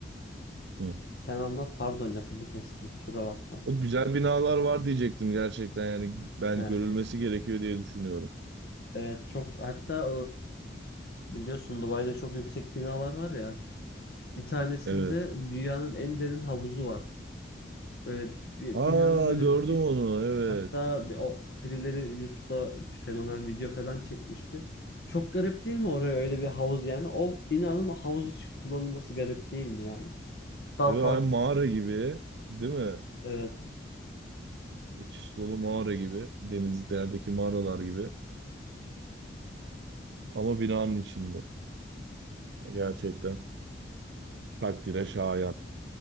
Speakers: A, on the right; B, on the left.
A: Hı.
B: Sen anlat, pardon lafını kestim, kusura bakma.
A: O güzel binalar var diyecektim gerçekten yani ben
B: He,
A: görülmesi gerekiyor diye düşünüyorum.
B: evet çok hatta e, biliyorsun Dubai'de çok yüksek binalar var ya. Bir tanesinde
A: Evet.
B: dünyanın en derin havuzu var. Böyle bir, bir
A: Aa
B: binanın böyle
A: gördüm onu evet.
B: Hatta bir- o birileri YouTube'da fenomen video falan çekmişti. Çok garip değil mi oraya öyle bir havuz yani? O binanın o havuz için kullanılması garip değil mi yani? Daha
A: Evet
B: farklı.
A: aynı mağara gibi değil mi?
B: Evet.
A: İç dolu mağara gibi. Denizlerdeki mağaralar gibi. Ama binanın içinde. Gerçekten takdire şayan.